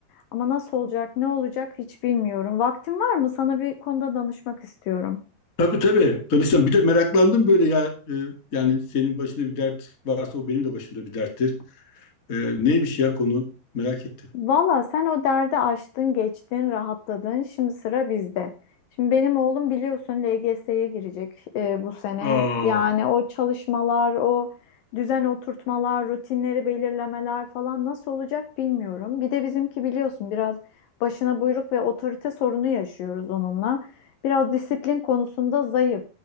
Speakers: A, on the left (about 70°); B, on the left (about 30°).
A: Ama nasıl olacak, ne olacak hiç bilmiyorum. Vaktin var mı? Sana bir konuda danışmak istiyorum.
B: Tabii tabii. Danıştan bir de meraklandım böyle ya e, yani senin başında bir dert varsa o benim de başımda bir derttir. E, neymiş ya konu? Merak ettim.
A: Valla sen o derdi aştın, geçtin, rahatladın. Şimdi sıra bizde. Şimdi benim oğlum biliyorsun LGS'ye girecek e, bu sene.
B: Aa.
A: Yani o çalışmalar, o düzen oturtmalar, rutinleri belirlemeler falan nasıl olacak bilmiyorum. Bir de bizimki biliyorsun biraz başına buyruk ve otorite sorunu yaşıyoruz onunla. Biraz disiplin konusunda zayıf.